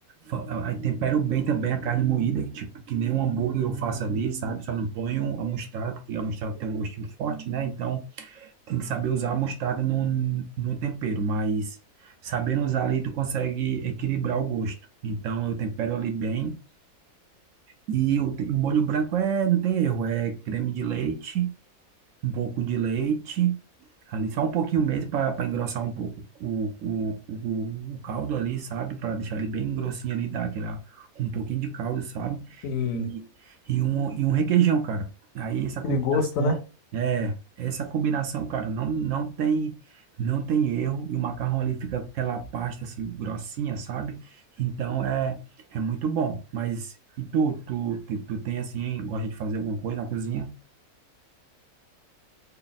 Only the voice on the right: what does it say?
Fa- Aí tempero bem também a carne moída, tipo, que nem um hambúrguer eu faço ali, sabe? Só não ponho a mostarda, porque a mostarda tem um gostinho forte, né? Então, tem que saber usar a mostarda no, no tempero, mas sabendo usar ali, tu consegue equilibrar o gosto. Então, eu tempero ali bem, e o, te- o molho branco é, não tem erro, é creme de leite, um pouco de leite, ali só um pouquinho mesmo para engrossar um pouco o, o, o, o caldo ali, sabe? Para deixar ele bem grossinho ali, dar aquela, um pouquinho de caldo, sabe?
E, e, um, e um requeijão, cara. Aí essa
combinação,
é, essa combinação, cara, não, não tem, não tem erro. E o macarrão ali fica com aquela pasta assim, grossinha, sabe? Então é, é muito bom. Mas e tu, tu, tu, tu tem assim, gosta de fazer alguma coisa na cozinha?